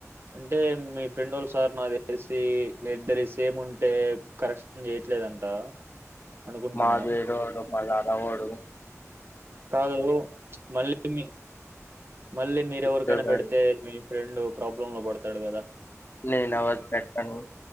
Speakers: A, on the right (about 45°); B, on the left (about 40°).
A: అంటే మీ ఫ్రెండ్ వాళ్ళ సార్ నా తెలిసి మీ ఇద్దరి సేమ్ ఉంటే కరెక్షన్ చేయట్లేదంట. అనుకుంటున్నా.
B: మాధీదోడు మలా ఎవడు
A: కాదు మళ్ళీ మళ్ళీ మీరెవరికైనా
B: ఇచ్చోడాడు
A: పెడితే మీ ఫ్రెండ్ ప్రాబ్లమ్ లో పడతాడు కదా
B: నేను ఎవరికి పెట్టను